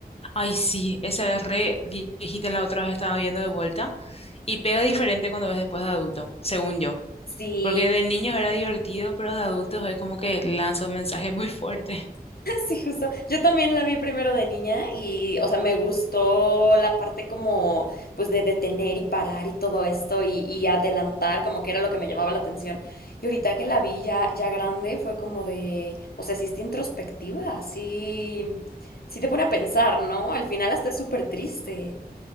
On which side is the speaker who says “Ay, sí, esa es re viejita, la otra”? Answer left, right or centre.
Left